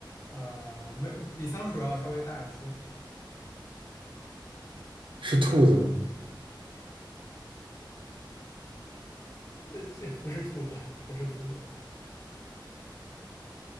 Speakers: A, on the left; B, on the right.
A: 呃，没比仓鼠要稍微大一些。
B: 是兔子吗？
A: 呃，这不是兔子，不是兔子。